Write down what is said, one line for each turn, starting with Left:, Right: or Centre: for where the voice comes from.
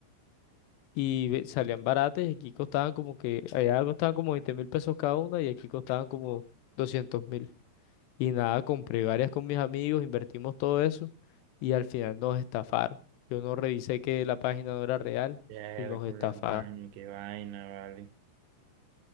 Left: y ve- salían baratas y aquí costaban como que, allá costaban como veinte mil pesos cada una y aquí costaban como doscientos mil. Y nada, compré varias con mis amigos, invertimos todo eso y al final nos estafaron. Yo no revisé que la página no era real
Right: Ya,
Left: y nos
Right: el
Left: estafaron.
Right: hermano, qué vaina, vale.